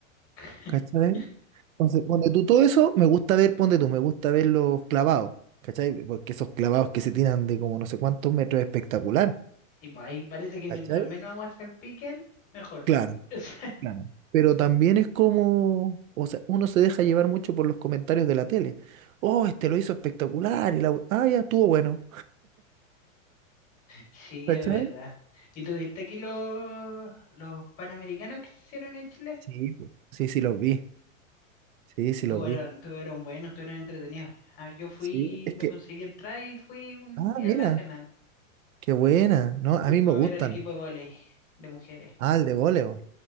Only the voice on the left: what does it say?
<laughs>
Sí, pues ahí parece que
mientras menos aguas salpiquen, mejor.
<laughs>
Sí,
es verdad. ¿Y tuviste aquí los, los panamericanos que se hicieron en Chile?
Todos
eran Tuvieron, eran buenos, tuvieron entretenidos. Ah, Yo fui,
me
conseguí entrar y fui un
día
al Nacional.
Fuimos
a
ver al equipo de vóley de mujeres.